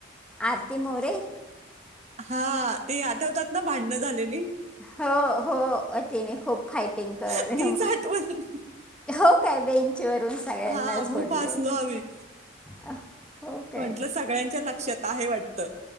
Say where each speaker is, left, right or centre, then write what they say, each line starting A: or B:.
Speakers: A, in the centre; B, on the right.
A: आरती मोरे.
B: हा ते आठवतात ना भांडणं झालेली.
A: हो हो, तनी खूप फाईटिंग करल.
B: तीच आठवण
A: हो काय बेंच वून सगळ्यांना
B: हा
A: झोडले.
B: खूप हसलो आम्ही
A: अ हो काय.
B: म्हटलं सगळ्यांच्या लक्षात आहे वाटतं.